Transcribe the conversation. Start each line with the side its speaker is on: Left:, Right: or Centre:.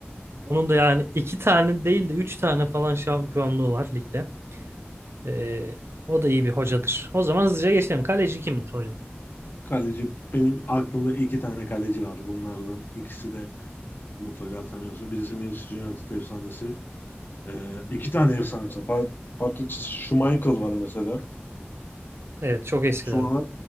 Right: Onun da yani iki tane değil de üç tane falan şampiyonluğu var ligde. Ee, o da iyi bir hocadır. O zaman hızlıca geçelim. Kaleci kimdir hocam?
Left: Kaleci benim aklımda iki tane kaleci var. Bunlardan ikisi de mutlaka tanıyorsun. Birisi Manchester United efsanesi. Ee, iki tane efsanesi. Pa- Patrick Schmeichel var mesela.
Right: Evet çok eskilerden.
Left: Sonra